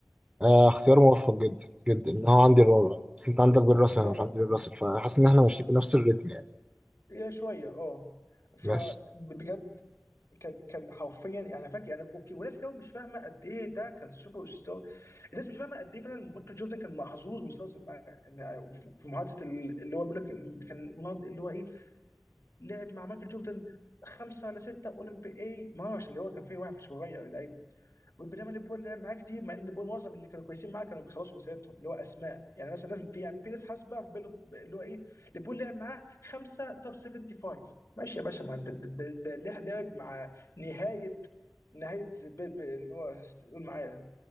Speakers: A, on the right (about 20°); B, on the left (about 85°).
A: آه اختيار موفق جدا جدا ان هو عندي الرابع بس انت عندك بيل راسل
B: يا
A: انا مش عندي بيل راسل فحاسس ان احنا ماشيين بنفس الريتم يعني
B: يا شويه اه فبجد
A: بس
B: كان كان حرفيا يعني فاكر يعني اوكي وناس كتير مش فاهمه قد ايه ده كان سوبر ستار الناس مش فاهمه قد ايه فعلا مايكل جوردن كان محظوظ بيستثمر مع يعني في محادثه اللي هو بيقول لك كان اللي هو ايه لعب مع مايكل جوردن خمسه ولا سته اولمبي اي مارش اللي هو كان فيه واحد صغير اللعيب وبينما ليفربول لعب معاه كتير مع ان ليفربول معظم اللي كانوا كويسين معاه كانوا بيخلصوا مسيرتهم اللي هو اسماء يعني مثلا ناس في يعني في ناس حاسبه بيلو- اللي هو ايه ليفربول لعب معاه خمسه توب 75 ماشي يا باشا ما انت ده- ده ده لع- لعب مع نهايه نهايه بي- بي- اللي هو قول معايا